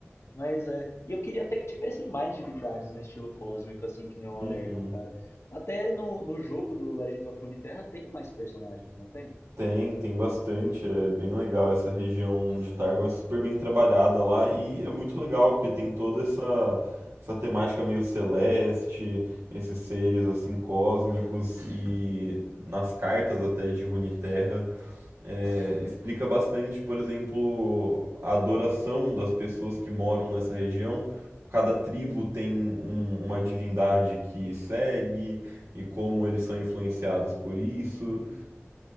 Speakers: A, on the left; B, on the right.
A: mas é, e eu queria até que tivessem mais divindades no estilo cósmico assim que nem o Aurelion,
B: Uhum.
A: cara. Até no, no jogo do Legends of Runeterra tem mais personagens, não tem?
B: Tem, tem bastante. É bem legal essa região de Targon. É super bem trabalhada lá e é muito legal porque tem toda essa, essa temática meio celeste, esses seres assim cósmicos e nas cartas até de Runeterra é, explica bastante, por exemplo, a adoração das pessoas que moram nessa região. Cada tribo tem um- uma divindade que segue e como eles são influenciados por isso.
A: Sim.